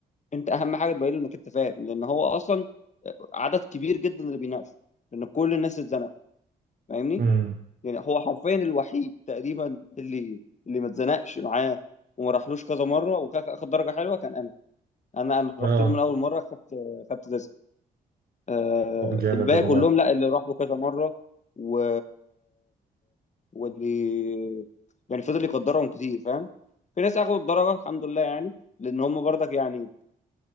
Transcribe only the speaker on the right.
امم
اه
طب جامد
والله